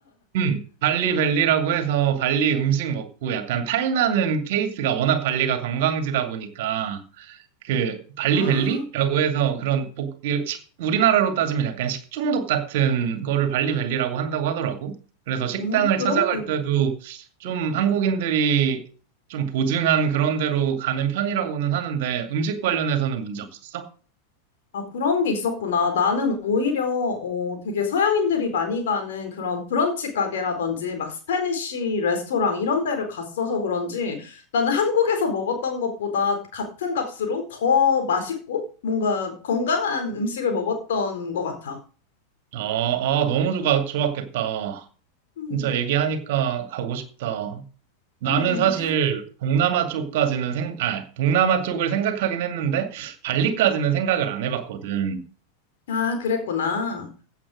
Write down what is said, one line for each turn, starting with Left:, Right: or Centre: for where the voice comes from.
Right: 음, 발리 벨리라고 해서 발리 음식 먹고 약간 탈나는 케이스가 워낙 발리가 관광지다 보니까 그 발리벨리라고
Left: 아,
Right: 해서 그런 복, 이 식- 우리나라로 따지면 약간 식중독 같은 거를 발리벨리라고 한다고 하더라고. 그래서 식당을
Left: 오, 그런
Right: 찾아갈
Left: 게,
Right: 때도 좀 한국인들이 좀 보증한 그런 데로 가는 편이라고는 하는데 음식 관련해서는 문제 없었어?
Left: 아, 그런 게 있었구나. 나는 오히려, 어, 되게 서양인들이 많이 가는 그런 브런치 가게라든지, 막 스페니쉬 레스토랑 이런 데를 갔어서 그런지, 나는 한국에서 먹었던 것보다 같은 값으로 더 맛있고, 뭔가 건강한 음식을 먹었던 것 같아.
Right: 아, 아, 너무 좋아, 좋았겠다.
Left: 음,
Right: 진짜 얘기하니까 가고 싶다. 나는
Left: 음,
Right: 사실 동남아 쪽까지는 생, 아, 동남아 쪽을 생각하긴 했는데 발리까지는 생각을 안 해봤거든.
Left: 아, 그랬구나.